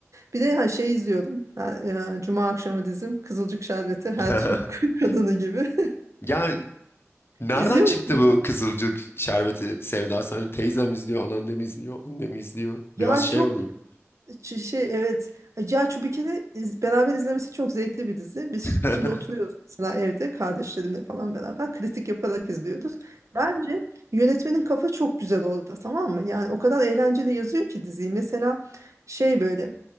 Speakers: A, on the right; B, on the left.
A: Bir de hani şey izliyordum. Ha, e, Cuma akşamı dizim Kızılcık Şerbeti her
B: <laughs>
A: Türk <laughs> kadını gibi.
B: Ya nereden
A: <laughs> İzliyor
B: çıktı
A: musun?
B: bu Kızılcık şerbeti sevdası? Hani teyzem izliyor, anneannem izliyor, annem izliyor. Biraz
A: Ya
B: şey
A: çok
B: oldum.
A: Ç- Şey evet. Cihan Çubikin'i iz- beraber izlemesi çok zevkli bir dizi. Biz
B: <laughs>
A: şimdi oturuyoruz mesela evde kardeşlerimle falan beraber kritik yaparak izliyoruz. Bence yönetmenin kafa çok güzel orada tamam mı? Yani o kadar eğlenceli yazıyor ki diziyi. Mesela şey böyle